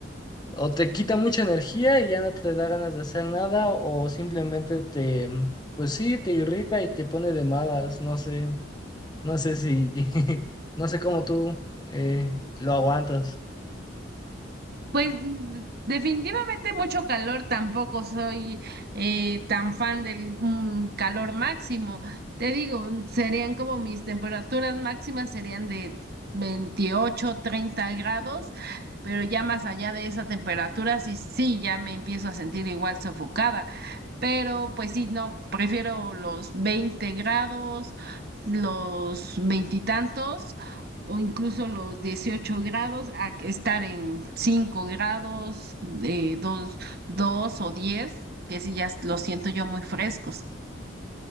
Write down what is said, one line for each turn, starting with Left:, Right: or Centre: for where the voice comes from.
Left: o te quita mucha energía y ya no te da ganas de hacer nada o simplemente te, pues sí, te irrita y te pone de malas, no sé, no sé si, <laughs> no sé cómo tú eh, lo aguantas.
Right: Pues mm, definitivamente mucho calor, tampoco soy eh, tan fan del mm, calor máximo. Te digo, serían como mis temperaturas máximas serían de 28, 30 grados, pero ya más allá de esa temperatura, sí, sí, ya me empiezo a sentir igual sofocada. Pero pues sí, no, prefiero los 20 grados, los veintitantos o incluso los 18 grados a que estar en 5 grados, de dos 2 o 10 que sí ya lo siento yo muy frescos.